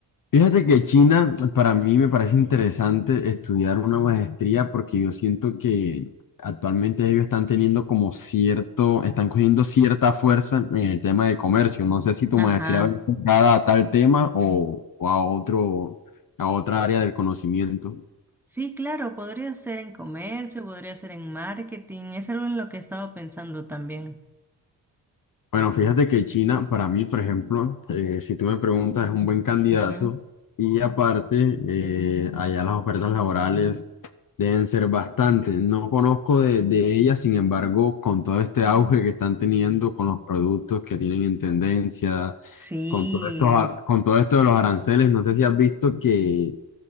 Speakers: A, on the left (about 50°); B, in the centre.
A: Fíjate que China, para mí me parece interesante estudiar una maestría porque yo siento que actualmente ellos están teniendo como cierto, están cogiendo cierta fuerza en el tema de comercio. No sé si tu maestría
B: Ajá.
A: va enfocada a tal tema o, o a otro, a otra área del conocimiento.
B: Sí, claro, podría ser en comercio, podría ser en marketing, es algo en lo que he estado pensando también.
A: Bueno, fíjate que China, para mí, por ejemplo, eh, si tú me preguntas, es un buen candidato
B: Ujú.
A: y aparte, eh, allá las ofertas laborales deben ser bastante. No conozco de, de ellas, sin embargo, con todo este auge que están teniendo, con los productos que tienen en tendencia,
B: Sí.
A: con todo esto, a- con todo esto de los aranceles, no sé si has visto que